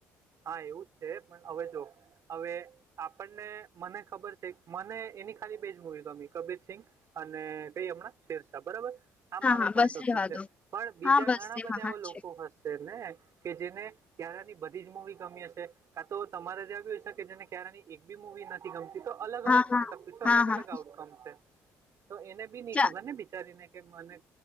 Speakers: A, on the right (about 60°); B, on the left (about 20°).
A: હા એવું જ છે પણ હવે જો હવે આપણને મને ખબર છે મને એની ખાલી બેજ મુવી ગમી કબીર સિંંગ અને કઈ હમણાં શેરશાહ બરાબર. આ
B: હા
A: મારો
B: હા
A: પોઈન્ટ
B: બસ
A: ઓફ
B: રહેવા
A: વ્યુ છે
B: દો
A: પણ બીજા
B: હા બસ
A: ઘણા
B: એમાં
A: બધા
B: હા
A: એવા લોકો
B: છે
A: હશે ને કે જેને ક્યારાની બધી જ મુવી ગમી હશે કા તો તમારે જે હોયશે કે જેને ક્યારેની બી મૂવી નથી ગમતી તો અલગ
B: હા
A: અલગ
B: હા
A: પોઈન્ટ ઓફ વ્યુ છે
B: હા
A: અલગ
B: હા
A: અલગ આઉટકમ છે. તો એને બી નઈ
B: ચ
A: ખબર ને બિચારીને કે મને